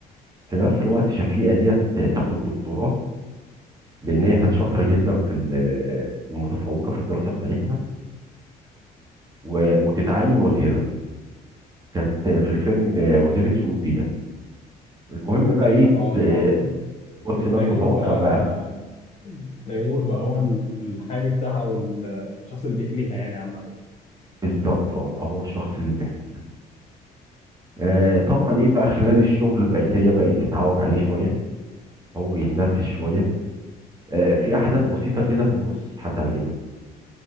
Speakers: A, on the right; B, on the left.
A: في نفس الوقت شفيقه ديت تاخد دكتوراه لان هي كانت شاطره جدا في ال- ومتفوقه في الدراسه بتاعتها و- وتتعين وزيره كانت في الفيلم وزيرة شؤون بيئة المهم بقى
B: خلينا
A: ايه
B: نتوقع
A: ت- بص
B: <laughs>
A: بقى
B: تيمور
A: المتوقع
B: بقى
A: بقى
B: تيمور بقى هو ال- الحامي بتاعها او ال- الشخص اللي بيحميها يعني عامه
A: بالظبط هو بقى هو الشخص اللي بيحميها آه طبعا ايه بقى خلال الشغل بقت هي بقى ايه تتعوج عليه شوية هو يتنرفز شوية آه في احداث بسيطة كده في النص هتعجبك